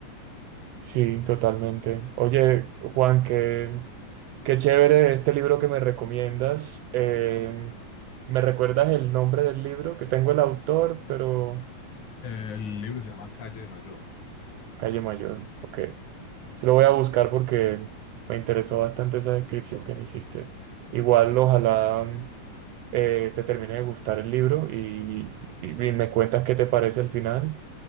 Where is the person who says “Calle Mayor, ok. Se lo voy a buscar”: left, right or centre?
Right